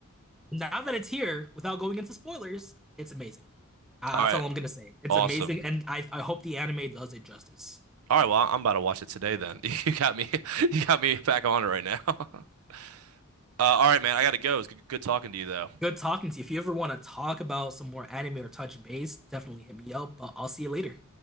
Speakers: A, in the centre; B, on the right.
A: Now that it's here, without going into spoilers, it's amazing.
B: <laughs>
A: Uh,
B: All
A: that's
B: right,
A: all I'm gonna say. It's
B: awesome.
A: amazing, and I I hope the anime does it justice.
B: All right, well, I'm about to watch it today then. <laughs> You got me, <laughs> you got me back on it right now. <laughs> Uh, all right, man, I gotta go. It's good, good talking to you though.
A: Good talking to you. If you ever want to talk about some more anime or touch base, definitely hit me up. But I'll see you later.